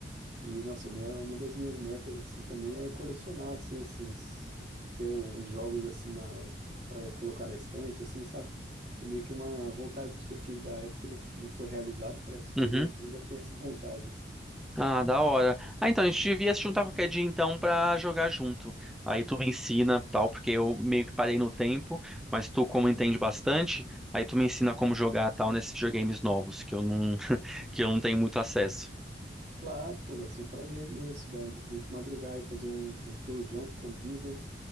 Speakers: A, on the right (about 45°); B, in the centre.
A: e, nossa, a minha, uma das minhas metas, assim, também é colecionar, assim, esses, ter o- os jogos, assim, na, para colocar na estante, assim, sabe? Que é meio que uma vontade que eu tive da época e não, f- não foi realizada, parece que
B: Uhum.
A: hoje ainda tenho essa vontade, assim.
B: Ah, da hora. Ah, então a gente devia se juntar qualquer dia então pra jogar junto. Aí tu me ensina, tal, porque eu meio que parei no tempo, mas tu como entende bastante, aí tu me ensina como jogar tal nesses videogames novos que eu não <laughs> que eu não tenho muito acesso.
A: Claro, pô, vai ser um prazer imenso, da, da gente madrugar e fazer um, um corujão, como diz, né?